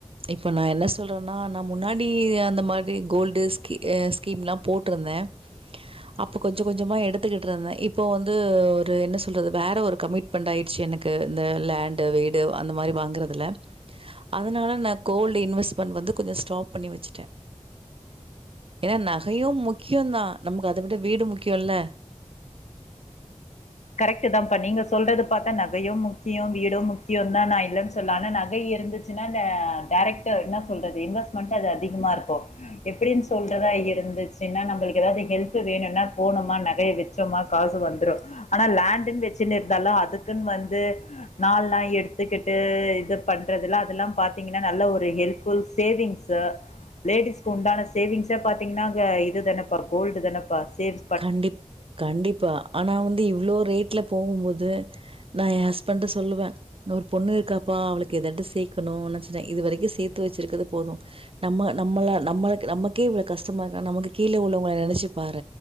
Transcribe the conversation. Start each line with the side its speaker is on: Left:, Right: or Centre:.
Right: இப்போ நா என்ன சொல்றேன்னா நா முன்னாடி அந்த மாரி கோல்டு ஸ்கீ ஸ்கீம்லா போட்ருந்தே அப்போ கொஞ்ச கொஞ்சமா எடுத்துக்கிட்டு இருந்தே இப்போ வந்து ஒரு என்ன சொல்றது வேற ஒரு கமிட் மண்ட் ஆயிடுச்சு எனக்கு இந்த லேண்டு வீடு அந்த மாரி வாங்கறதுல அதனால நா கோஃல்டு இன்வெஸ்ட்மெண்ட் வந்து ஸ்டாப் பண்ணி வெச்சிட்டே ஏன்னா நகையு முக்கியந்தா நமக்கு அத விட வீடு முக்கியல்ல
Left: கரெக்ட்டுதா பா நீங்க சொல்றது பாத்தா நகையு முக்கியோ வீடு முக்கியோ தா நா இல்லன்னு சொல்ல ஆனா நக ஏறு ச்சுன்னா டைரக்ட் என்ன சொல்றது இன்வெஸ்ட்மெண்ட் அது அதிகமா இருக்கு எப்டின்னு சொல்றதா இருந்துச்சுனா நம்ளுக்கு ஏதாவது ஹெல்ப் வேணுனா போனோமா நகய வெச் சும்மா காசு வந்துடு ஆனா லேண்டுன்னு வச்சுன்னு இருந்தாலு அதுக்குன்னு வந்து நாள்லா எடுத்துக்கிட்டு இது பண்றதுல அதெல்லா பாத்தீங்கன்னா நல்ல ஒரு ஹெல் ஃபுல் சேவிங்ஸு லேடிஸ்க்கு உண்டான சேவிங்ஸே பாத்தீங்கன்னா அங்க இது தானப்பா கோல்டு தானப்பா சேவ்
Right: கண்டிப் கண்டிப்பா ஆனா வந்து இவ்ளோ ரேட்ல போவும்போது நா எ ஹஸ்பண்ட சொல்லுவ இன்னோர் பொண்ணு இருக்காப்பா அவளுக்கு எதாடு சேக்கணு நா சொன்ன இது வரைக்கு சேத்து வச்சிருக்கிறது போது நம்ம நம்மளா நம்மளு நமக்கே இவ்ளோ கஷ்டமா இருக்னா நமக்கு கீழ உள்ளவங்கள நெனச்சு பார